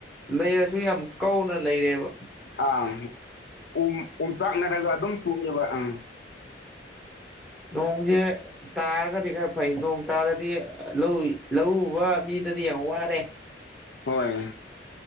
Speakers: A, in the centre; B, on the left (about 70°).
A: ꯂꯩꯔꯁꯨ ꯌꯥꯝ ꯀꯧꯅ ꯂꯩꯔꯦꯕ
B: ꯑꯥ ꯎꯝ ꯑꯣꯝꯆꯥꯛꯅꯔꯒ ꯑꯗꯨꯝ ꯆꯣꯡꯉꯦꯕ ꯑꯥ
A: ꯅꯣꯡꯖꯦ꯫ ꯇꯥꯔꯒꯗꯤ ꯈꯔ ꯐꯩ ꯅꯣꯡ ꯇꯥꯗꯗꯤ ꯂꯧ ꯂꯧꯎ ꯎꯕ ꯃꯤꯗꯗꯤ ꯌꯥꯝ ꯋꯥꯔꯦ꯫
B: ꯍꯣꯏ꯫